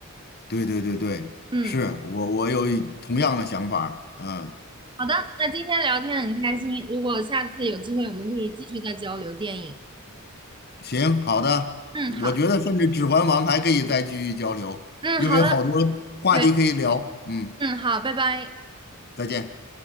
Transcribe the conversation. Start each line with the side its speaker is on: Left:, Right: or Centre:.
Left: 对对对对，
Right: 嗯，
Left: 是我我有一同样的想法儿，嗯。
Right: 好的，那今天聊天很开心，如果下次有机会，我们可以继续再交流电影。
Left: 行，好的，
Right: 嗯，好，
Left: 我觉得甚至《指环王》还可以再继续交流，
Right: 嗯，
Left: 因为有好多
Right: 好的，
Left: 话题可以聊。
Right: 对，
Left: 嗯，
Right: 嗯，好，拜拜。
Left: 再见。